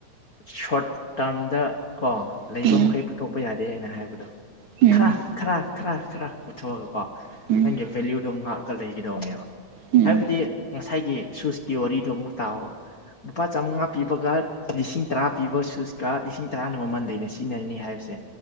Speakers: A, on the left; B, on the right.
A: ꯁꯣꯔꯠ ꯇꯥꯔꯝꯗ ꯀꯣ
B: ꯎꯝ
A: ꯂꯩꯕ ꯃꯈꯩ ꯄꯨꯊꯣꯛꯄ ꯌꯥꯗꯦ ꯑꯩ ꯑꯩꯅ ꯍꯥꯏꯕꯗꯣ
B: ꯎꯝ
A: ꯈꯔ ꯈꯔ ꯈꯔ ꯈꯔ ꯄꯨꯊꯣꯛꯑꯒ ꯀꯣ
B: ꯎꯝ
A: ꯅꯪꯒꯤ ꯚꯦꯂꯨꯗꯣ ꯉꯥꯛꯑꯒ ꯂꯩꯈꯤꯗꯧꯕꯅꯦꯕ
B: ꯎꯝ
A: ꯍꯥꯏꯕꯗꯤ ꯉꯁꯥꯏꯒꯤ ꯁꯨꯁꯀꯤ ꯋꯥꯔꯤꯗ‌ꯣ ꯑꯃꯨꯛ ꯇꯥꯎꯕ ꯂꯨꯄꯥ ꯆꯝꯉꯥ ꯄꯤꯕꯒ ꯂꯤꯁꯤꯡ ꯇꯔꯥ ꯄꯤꯕ ꯁꯨꯁꯀ ꯂꯤꯁꯤꯡ ꯇꯔꯥꯅ ꯃꯃꯜ ꯂꯩꯅ ꯁꯤꯖꯤꯟꯅꯔꯤꯅꯤ ꯍꯥꯏꯕꯁꯦ